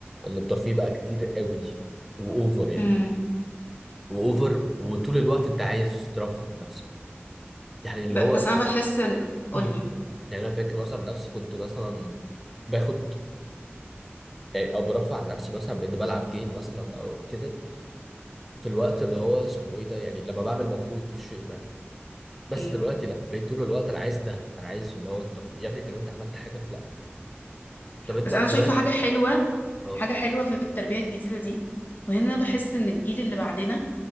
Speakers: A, in the centre; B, on the left (about 45°).
A: ان الترفيه بقى كتير قوي واوفر يعني
B: امم
A: واوفر وطول الوقت انت عايز ترفه عن نفسك يعني اللي
B: ب-
A: هو
B: بس انا بحس ال... قولي
A: مم. يعني انا فاكر مثلا نفسي كنت مثلا باخد يعني او برفع عن نفسي مثلا باني بلعب جيم مثلا او كده في الوقت اللي هو اسمه ايه ده يعني لما بعمل مجهود في شيء ما بس
B: ايوه
A: دلوقتي لا بقيت طول الوقت انا عايز ده انا عايز اللي هو الترفيه يا ابني طب انت عملت حاجه لا طب انت
B: بس
A: دلوقتي
B: انا شايفة حاجة حلوة
A: اه
B: حاجة حلوة في التربية الجديدة دي وهنا بحس ان الجيل اللي بعدنا